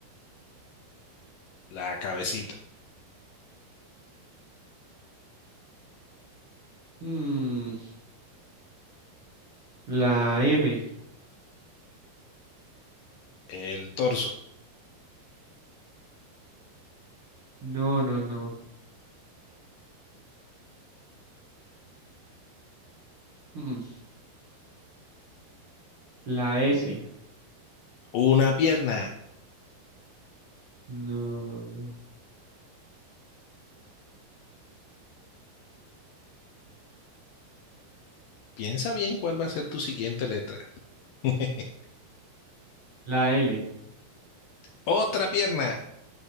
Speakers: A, on the left (about 85°); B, on the right (about 45°).
A: la cabecita,
B: Mm, la M.
A: el torso,
B: No, no, no. Mm, la S.
A: una pierna.
B: No.
A: Piensa bien cuál va a ser tu siguiente letra. <laughs>
B: La L.
A: Otra pierna,